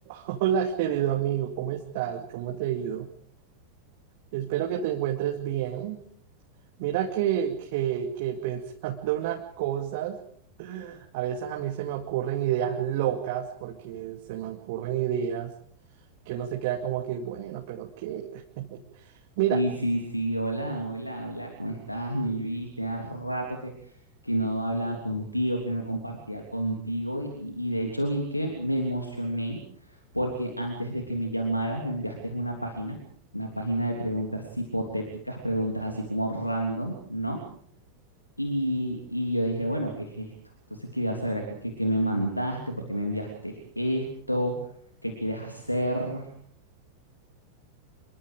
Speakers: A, on the right; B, on the left.
A: Hola, querido amigo, ¿cómo estás? ¿Cómo te ha ido? Espero que te encuentres bien. Mira que, que, que pensando <laughs> unas cosas, a veces a mí se me ocurren ideas locas, porque se me ocurren ideas que uno se queda como que, bueno, pero ¿qué? <laughs> Mira,
B: Sí, sí, sí, hola, hola, hola, ¿cómo estás, mi Luis? Tenía rato que, que no hablaba contigo, que no compartía contigo y, y de hecho vi que me emocioné porque antes de que me llamaras me enviaste una página, una página de preguntas hipotéticas, preguntas así como random, ¿no? Y, y yo dije, bueno, ¿qué es esto? Entonces quería saber aquí qué, qué me mandaste, por qué me enviaste esto, qué quieres hacer.